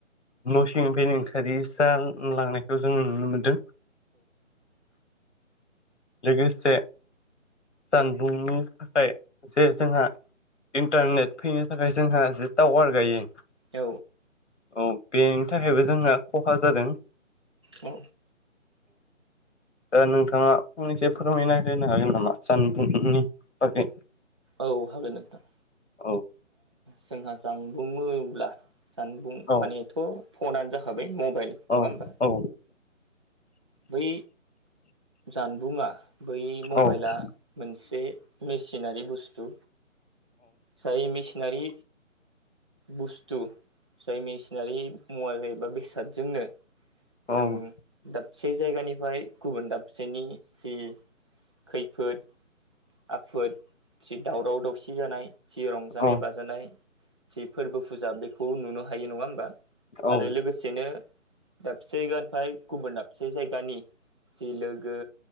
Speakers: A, on the left (about 60°); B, on the right (about 20°).
A: न'सिंनिफ्राय ओंखारि जालांनायखौ जोङो नुनो मोनदों। लोगोसे जानबुंनि थाखाय जे जोंहा इन्टारनेट फैनो थाखाय जोंहा जि टावार गायो।
B: औ
A: औ बेनि थाखायबो जोंना खहा जादों। <inaudible>
B: औ
A: दा नोंथाङा फंनैसो फोरमायना होनो हागोन नामा जानबुंनि बागै।
B: औ हागोन नोंथां
A: औ
B: जोंहा जामबुं ब्ला जानबुं
A: औ
B: माने फनानो जाखाबाय मबाइल बाइल नङा
A: औ
B: होनबा
A: औ
B: बै जानबुंङा बै मबाइला
A: औ
B: मोनसे मेसिनारि बुस्थु। जाय मेसिनारि बुस्थु जाय मेसिनारि मुवा जायो एबा बेसादजोंनो जों
A: औ
B: दाब से जायगानिफाय गुबुन दाबसेनि जि खैफोद आफोद जि दावराव दावसि जानाय जि रंजानाय
A: औ
B: बाजानाय जि फोरबो फुजा बेखौ नुनो हायो नङा होमबा
A: औ
B: आरो लोगोसेनो दाबसेगानिफ्राय गुबुन दाबसे जायगानि जि लोगो